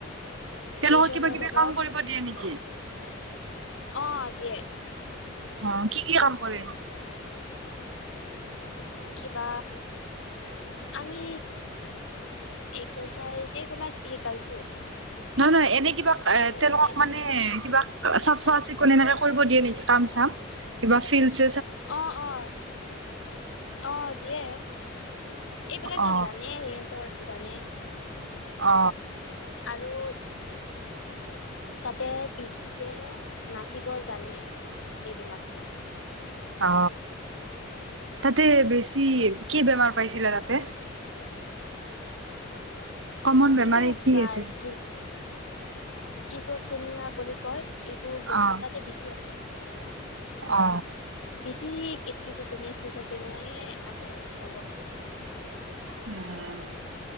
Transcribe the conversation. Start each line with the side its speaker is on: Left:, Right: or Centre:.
Right: তেওঁলোকক
Left: পেচনৰ
Right: কিবা কিবি
Left: লগত
Right: কাম কৰিব দিয়ে নেকি?
Left: অ দিয়ে
Right: অ কি কি কাম কৰে।
Left: কিবা আমি এক্সাৰচাইজ এইবিলাক শিকাইছো।
Right: নহয় নহয় এনেই কিবা এ
Left: এক্সাৰচাইজ
Right: তেওঁলোকক মানে কিবা চাফা চিকুণ এনেকে কৰিব দিয়ে নেকি কাম চাম। কিবা ফিলছিছ
Left: অ অ, অ। দিয়ে এইবিলাক
Right: অ
Left: ত জানে সিহঁতৰ জানে
Right: অ।
Left: আৰু। তাতে বেছিকে, নাচিব জানে, এইবিলাক।
Right: অ, তাতে বেছি কি বেমাৰ পাইছিলে তাতে। কমন বেমাৰী
Left: এইটো কিবা
Right: কি আছিল
Left: স্কিল সকিজফেমিয়া বুলি কয় এইটো বেমাৰ
Right: অ
Left: তাতে বেছি আছে।
Right: অ।
Left: বেছিচে নে আছে চব। <unintelligible>
Right: উম।